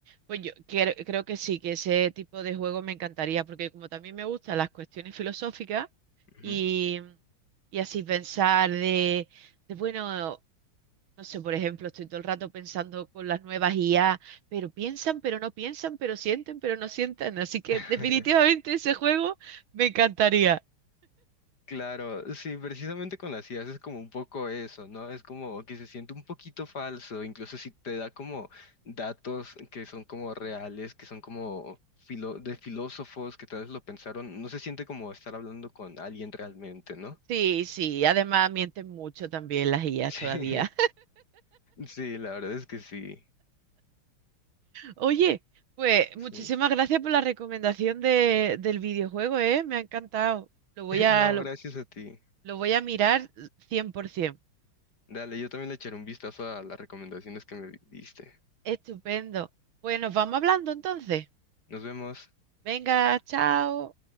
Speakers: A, on the right; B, on the left.
A: Pues yo quiero- creo que sí, que ese tipo de juego me encantaría, porque como también me gustan las cuestiones filosóficas
B: Ujú.
A: y, y así pensar de, de, bueno, no sé, por ejemplo, estoy todo el rato pensando con las nuevas IA, pero piensan, pero no piensan, pero sienten, pero no sienten. Así que
B: <laughs>
A: definitivamente ese juego me encantaría.
B: Claro, sí, precisamente con las ideas es como un poco eso, ¿no? Es como que se siente un poquito falso, incluso si te da como datos que son como reales, que son como filo- de filósofos que tal vez lo pensaron, no se siente como estar hablando con alguien realmente, ¿no?
A: Sí, sí, además mienten mucho también las IAs
B: <laughs> Sí,
A: todavía.
B: sí, la verdad es que sí,
A: Oye, pues muchísimas
B: sí.
A: gracias por la recomendación de, del videojuego, ¿eh? Me ha encantado. Lo voy
B: <laughs>
A: a,
B: No,
A: lo,
B: gracias a ti.
A: lo voy a mirar 100%.
B: Dale, yo también le echaré un vistazo a las recomendaciones que me diste.
A: Estupendo. Pues nos vamos hablando entonces.
B: Nos vemos.
A: Venga, chao.